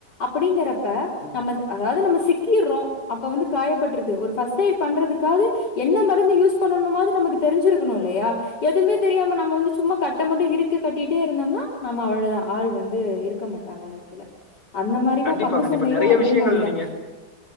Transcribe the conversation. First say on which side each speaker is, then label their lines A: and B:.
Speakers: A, on the left; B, on the left.
A: அப்படிங்கிற ப்ப
B: ம்
A: நம்மது அதாவது நம்ம சிக் கீறோ அப்ப வந்து காயப்பட்ருது ஒரு ஃபர்ஸ்ட் எய்டு பண்றது க்காவுது என்ன மருந்து யூஸ் பண்ணணுமாவது நமக்கு தெரிஞ்சிருக்கணு இல்லயா எதுவுமே தெரியாம நம்ம வந்து சும்மா கட்ட மட்டு இருக்க கட்டிட்டே இருந்தோம்னா நம்ம அவ்வளவுதா ஆள் வந்து இருக்க மாட்டாங்க அந்த எடத்துல அந்த மாரிதா
B: கண்டிப்பா
A: பங்கு
B: கண்டிப்பா
A: சந்தையு
B: நெறய
A: அதே
B: விஷியங்கள்
A: மாரிதா
B: நீங்க